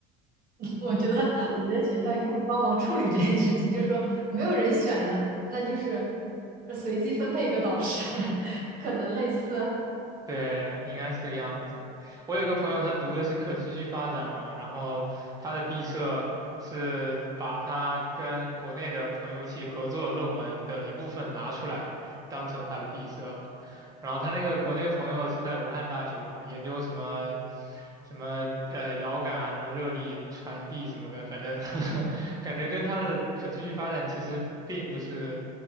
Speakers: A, on the right; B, on the right.
A: 我觉得，我觉得学校应该会帮忙处理这件事情，就是说没有人选的，那就是呃随机分配一个导师，<laughs> 可能类似。
B: 对，应该是这个样子。我有个朋友，他读的是可持续发展嘛，然后他的毕设是把他跟国内的朋友一起合作论文的一部分拿出来，当成他的毕设。然后他那个国内朋友是在武汉大学嘛，研究什么什么呃遥感啊，什么热力传递什么的，反正 <laughs> 感觉跟他的可持续发展其实并不是